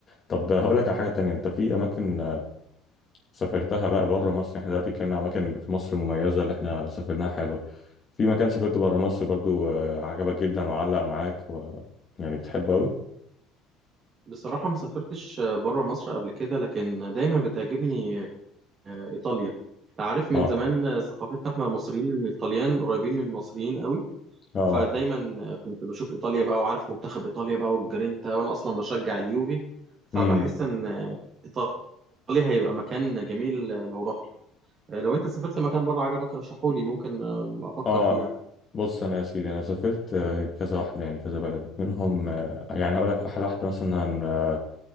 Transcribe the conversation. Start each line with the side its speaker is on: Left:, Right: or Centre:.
Left: طب هقول لك على حاجة تانية انت في اماكن آه، سافرتها بقى بره مصر يعني احنا دلوقتي اتكلمنا عن اماكن في مصر مميزة اللي احنا سافرناها حلوة في مكان سافرته بره مصر برضو آه، عجبك جدا وعلق معاك و... يعني بتحبه قوي
Right: ما سافرتش بره مصر قبل كده لكن دايما بتعجبني آه، إيطاليا أنت عارف من
Left: اه
Right: زمان آه، ثقافتنا احنا المصريين ان الطليان قريبين من المصريين قوي
Left: اه
Right: فدايما آه، كنت بشوف إيطاليا بقى وعارف منتخب إيطاليا بقى والجرينتا وأنا أصلا بشجع اليوفي فبحس
Left: امم
Right: إن آه، إيطاليا هيبقى مكان جميل آه، لو رحته آه، لو أنت سافرت مكان بره عجبك رشحولي ممكن آه، أفكر
Left: اه
Right: فيه يعني
Left: بص انا يا سيدي انا سافرت آه، كذا واحدة يعني كذا بلد منهم آه، يعني هقول لك احلى واحدة مثلا آه،